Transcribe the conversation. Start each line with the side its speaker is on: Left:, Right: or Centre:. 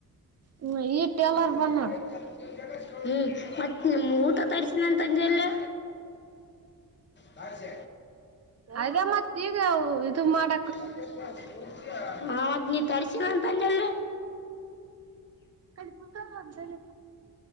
Right: ಹ್ಮ ಈ ಟೇಲರ್
Left: <unintelligible>
Right: ಬಂದ
Left: ಹ್ಮ್ ಮತ್ತೆ ನಿಮ್ಮ ಊಟ ತರಿಸಸಿದಂತ ಪತಂಜಲಿ ಹಾ ಸ
Right: ಅದ ಮತ್ತೆ ಈವು ದು ಮಾಡ
Left: ಅದ ಹ ಮತ್ತ ನೀ ತರ್ಸಿನಂತಂದೆಲ್ಲ
Right: ಅದ ಹದ ಹದ ಇ